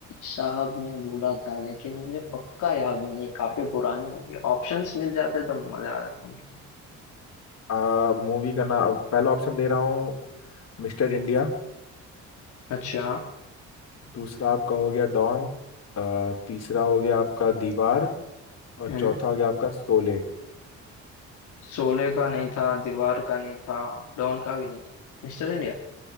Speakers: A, on the left (about 80°); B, on the left (about 55°).
A: साहब ने बोला था लेकिन मुझे पक्का याद नहीं है काफी पुरानी मूवी ऑप्शंस मिल जाते तो मजा आ जाता मतलब
B: आ मूवी का नाम पहला ऑप्शन दे रहा हूँ मिस्टर इंडिया
A: अच्छा
B: दूसरा आपका हो गया डॉन आ, तीसरा हो गया आपका दीवार और
A: हम्म
B: चौथा हो गया आपका शोले
A: शोले का नहीं था दीवार का नहीं था डॉन का भी नहीं था Mister India